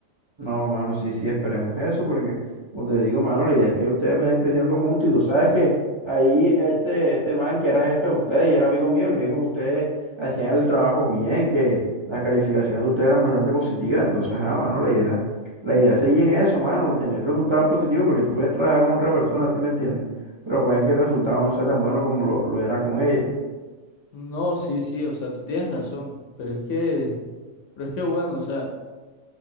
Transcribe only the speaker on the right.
No, mano, sí, sí, esperemos eso, porque, como te digo, mano, la idea es que ustedes vayan creciendo juntos y tú sabes que ahí este, este man que era jefe de ustedes y era amigo mío, él me dijo que ustedes hacían el trabajo bien, que las calificaciones de ustedes eran bastante positivas, entonces, ah, mano, la idea, la idea es seguir en eso, mano, tener resultados positivos, porque tú puedes trabajar con otra persona, ¿sí me entiendes? Pero pueden que el resultado no sea tan bueno como lo, lo era con ella.